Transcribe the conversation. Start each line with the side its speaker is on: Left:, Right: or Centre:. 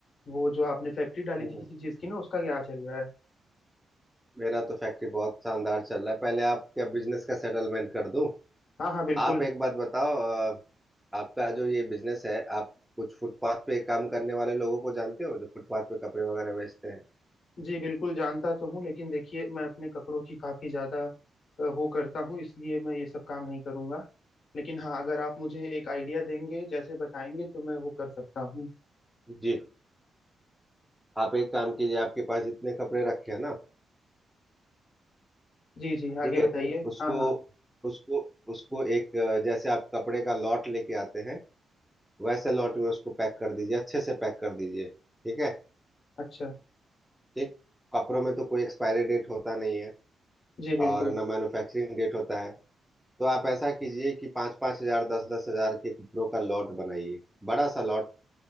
Left: वो जो आपने फैक्ट्री डाली
Centre: हम्म
Left: थी किसी चीज की ना उसका क्या चल रहा है
Centre: मेरा तो फैक्ट्री बहुत शानदार चल रहा है पहले आप क्या बिजनेस का सेटलमेंट कर दूं
Left: हाँ हाँ बिल्कुल
Centre: आप एक बात बताओ अ, आपका जो ये बिजनेस है आप कुछ फुटपाथ पे काम करने वाले लोगों को जानते हो जो फुटपाथ पे कपड़े वगैरह बेचते हैं
Left: जी बिल्कुल जानता तो हूँ लेकिन देखिए मैं अपने कपड़ों की काफी ज्यादा अ, वो करता हूँ इसलिए मैं ये सब काम नहीं करूंगा लेकिन हाँ अगर आप मुझे एक आइडिया देंगे जैसे बताएंगे तो मैं वो कर सकता हूँ
Centre: जी आप एक काम कीजिए आपके पास जितने कपड़े रखे हैं ना
Left: जी जी आगे
Centre: ठीक है
Left: बताइए
Centre: उसको
Left: हाँ हाँ हाँ,
Centre: उसको उसको एक अ, जैसे आप कपड़े का लॉट लेके आते हैं वैसे लॉट में उसको पैक कर दीजिए अच्छे से पैक कर दीजिए ठीक है
Left: अच्छा
Centre: ठीक कपड़ों में तो कोई एक्सपायरी डेट होता नहीं है
Left: जी बिल्कुल
Centre: और ना मैन्युफैक्चरिंग डेट होता है तो आप ऐसा कीजिए कि पाँच पाँच हजार दस दस हजार के कपड़ों का लॉट बनाइए बड़ा सा लॉट